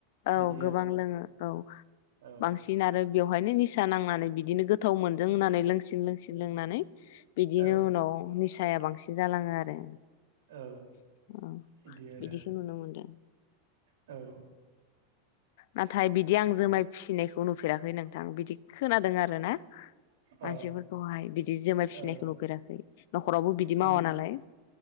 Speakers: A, on the left; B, on the right.
A: औ
B: बिदि
A: गोबां
B: आरो
A: लोङो औ
B: औ
A: बांसिन आरो बेवहायनो निसा नांनानै बिदिनो गोथाव मोनदों होननानै लोंसिन लोंसिन लोंनानै बिदिनो
B: औ
A: उनाव फिसाया बांसिन जालाङो आरो
B: औ
A: औ
B: बिदि आरो
A: बिदिखौो नुनो मोनदों
B: औ
A: नाथाय बिदि आं जुमाय फिसिनायखौ नुफेराखै नोंथां बिदि खोनादों आरोना
B: अ
A: मानसिफोरखौहाय बिदि जुमाय फिसिनायखौ
B: औ
A: नुफेराखै न'खरावबो बिदि
B: आं
A: मावा नालाय